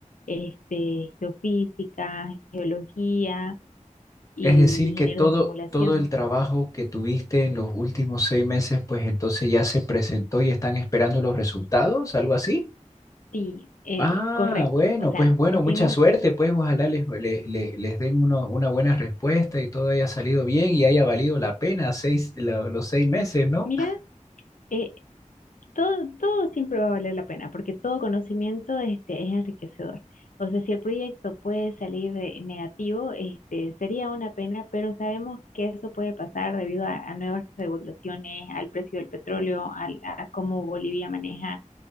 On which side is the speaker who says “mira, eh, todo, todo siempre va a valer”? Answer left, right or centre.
Left